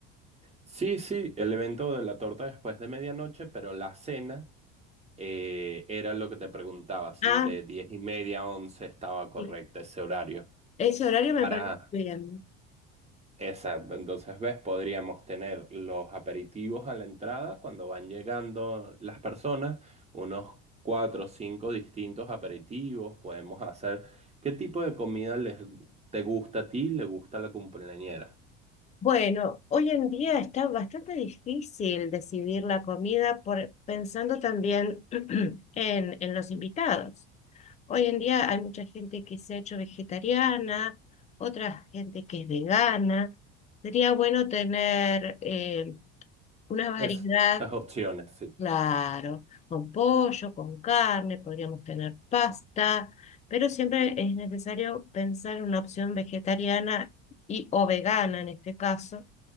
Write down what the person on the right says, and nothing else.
Sí, sí, el evento de la torta después de medianoche, pero la cena. Eh, era lo que te preguntaba, si
de 10 y media a 11 estaba correcto
ese horario.
Para,
exacto, entonces ves, podríamos tener los aperitivos a la entrada cuando van llegando las personas, unos cuatro o cinco distintos aperitivos, podemos hacer qué tipo de comida les, te gusta a ti, le gusta a la cumpleañera.
Esas opciones, sí.